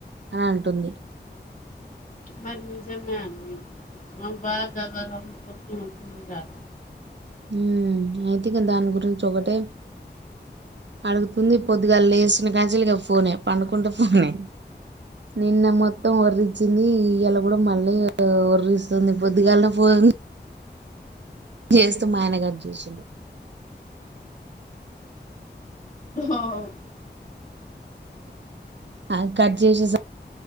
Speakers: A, on the right; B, on the left.
A: అనంటుంది
B: మరి నిజమే అండి ఆమె బాద <unintelligible>
A: ఉమ్ అయితే ఇగ దాని గురించొకటే అడుగుతుంది పొద్దుగాల్లేసిన కాంచెలిగా ఫోనే, పండుకుంటే ఫోనే నిన్న మొత్తం ఒర్రచ్చింది ఇయాల గూడ మళ్ళీ ఒర్ ఒర్రిస్తుంది పొద్దుగాల్నే ఫోన్ జేస్తే మాయన గట్ జేసిండు
B: ఓహ్
A: అ కట్ జేసేసర్